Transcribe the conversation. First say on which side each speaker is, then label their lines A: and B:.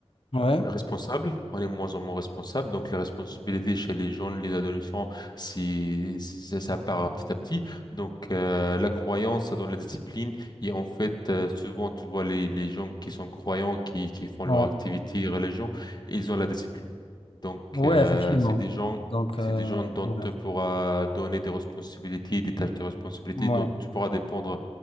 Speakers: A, on the left; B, on the left.
A: ouais,
B: responsable, on est de moins en moins responsable. Donc les responsabilités chez les jeunes, les adolescents, si, si- si- ça part petit à petit. Donc euh, la croyance dans la discipline et en fait euh, souvent tu vois les, les gens qui sont croyants, qui, qui font
A: ouais.
B: leur activité religion, ils ont la discipline. Donc
A: Oui,
B: euh,
A: effectivement.
B: c'est des gens
A: Donc,
B: C'est
A: euh,
B: des gens dont
A: voilà.
B: tu pourras donner des responsabilités, des tâches de responsabilité,
A: Ouais.
B: dont tu pourras dépendre